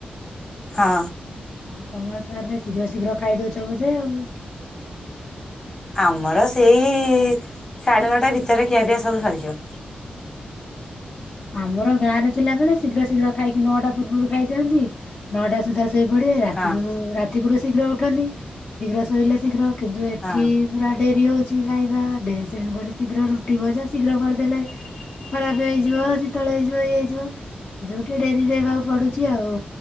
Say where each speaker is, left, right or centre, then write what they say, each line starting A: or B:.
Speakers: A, on the left; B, on the left.
A: ହଁ
B: ହଁ ତମର ତାହଲେ ଶୀଘ୍ର ଶୀଘ୍ର ଖାଇଦଉଛ ବୋଧେ ଆଉ।
A: ଆମର ସେଇ ସାଢେ ନଅଟା ଭିତରେ ଖିଆପିଆ ସବୁ ସରିଯିବ।
B: ଆମର ଗାଁ ରେ ଥିଲାବେଳେ ଶୀଘ୍ର ଶୀଘ୍ର ଖାଇକି ନଅଟା ପୂର୍ବରୁ ଖାଇ ଦିଅନ୍ତି ନଅଟା ସୁଦ୍ଧା ଶୋଇପଡ଼ିବେ ରାତିରୁ
A: ହଁ
B: ରାତିକୁରୁ ଶୀଘ୍ର ଉଠନ୍ତି ଶୀଘ୍ର ଶୋଇଲେ ଶୀଘ୍ର କିନ୍ତୁ ଏଠି
A: ହଁ
B: ପୁରା ଡେରି ହେଉଛି ଖାଇବା ଡେ ଶେଣୁକରି ଶୀଘ୍ର ରୁଟି ଭଜା ଶୀଘ୍ର କରିଦେଲେ ଖରାପ ହେଇଯିବ ଶୀତଳ ହେଇଯିବ ଇଏ ହେଇଯିବ ଏ ଯୋଉଠି ଡେରିରେ ହେବାକୁ ପଡୁଛି ଆଉ